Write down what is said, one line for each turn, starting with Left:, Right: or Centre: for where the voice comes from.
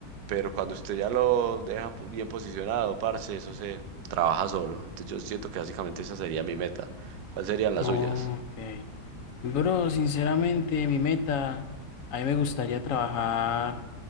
Right: Pero cuando usted ya lo deja pu- bien posicionado, parce, eso se trabaja solo. Entonces yo siento que básicamente esa sería mi meta. ¿Cuáles serían las
Left: Ok.
Right: suyas?
Left: Bro, sinceramente, mi meta, a mí me gustaría trabajar